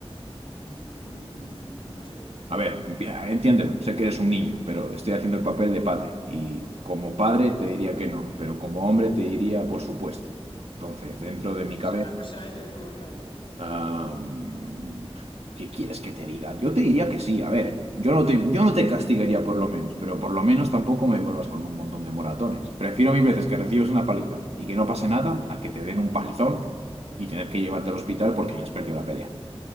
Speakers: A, on the left; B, on the right.
A: Mm, no sé. O
B: A ver, empia- entiéndelo, sé que eres un niño, pero estoy haciendo el papel de padre. Y como padre te diría que no, pero como hombre te diría por supuesto. Entonces, dentro de mi
A: sea,
B: cabeza...
A: la próxima vez le zurro yo a él.
B: Am, ¿qué quieres que te diga? Yo te diría que sí, a ver, yo no te, yo no te castigaría por lo menos, pero por lo menos tampoco me vuelvas con un montón de moratones. Prefiero mil veces que recibas una paliza y que no pase nada a que te den un palizón y tener que llevarte al hospital porque ya has perdido la pelea.